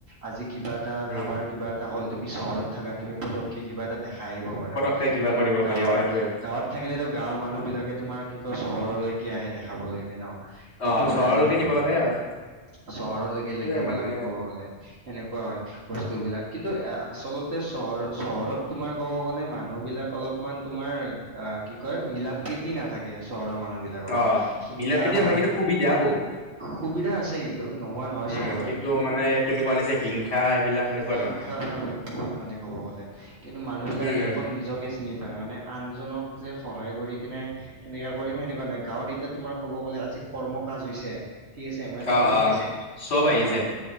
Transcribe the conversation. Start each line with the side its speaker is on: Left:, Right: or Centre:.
Right: আজি কিবা এটা
Left: উম
Right: কাবাৰ কিবা এটা হ তুমি চহৰত থাকা তুমি পতককে কিবা এটা দেখাই আহিব পাৰা
Left: পতককে কিবা
Right: কিন্তু
Left: কৰিব
Right: গাঁৱত।
Left: পাৰি অ সেইটোয়ে
Right: গাঁৱত থাকিলেতো গাঁৱৰ মানুহ বিলাকে তোমাৰ কি কয় চহৰলৈকে আহে দেখাবলৈকে ন। সেইটো
Left: অ
Right: হয়
Left: চহৰলৈকে
Right: আৰু ক'ব
Left: নিব লাগে
Right: গ'লে
Left: হয়
Right: চহৰলৈকে
Left: সেইটোয়ে
Right: লৈ যাব
Left: মানে
Right: লাগে ক'ব গ'লে। সেনেকুৱা হয় বস্তুবিলাক কিন্তু আচলতে চহৰ চহৰত তোমাৰ ক'ব গ'লে মানুহবিলাক অলপমান তোমাৰ অ কি কয় মিলা প্ৰীতি নাথাকে। চহৰৰ মানুহ মানুহ বিলাকৰ
Left: অ
Right: হিংসা
Left: মিলা প্ৰীতি নাথাকিতো
Right: ভাৱ।
Left: সুবিধা বহুত
Right: সুবিধা আছে কিন্তু নোহোৱা নহয়
Left: উম
Right: চহৰত কিন্তু মানে তোমাৰ,
Left: তুমি কোৱা নিচিনা হিংসা এইবিলাক সেনেকুৱা
Right: হিংসা
Left: ধৰণৰ
Right: ভাৱ বহুত মানে ক'ব গ'লে কিন্তু মানুহবিলাকে
Left: উম উম
Right: অকল নিজকে চিনি পায়। মানে আনজনক যে সহায় কৰি কিনে সেনেকা কৰিম সেনেকুৱা নাই। গাঁৱত এতিয়া তোমাৰ ক'ব গ'লে আজি কৰ্ম কাজ হৈছে। ঠিক আছে মই এটা
Left: অ
Right: কথা
Left: অ
Right: কওঁ।
Left: চব আহি
Right: তোমাক
Left: যায়।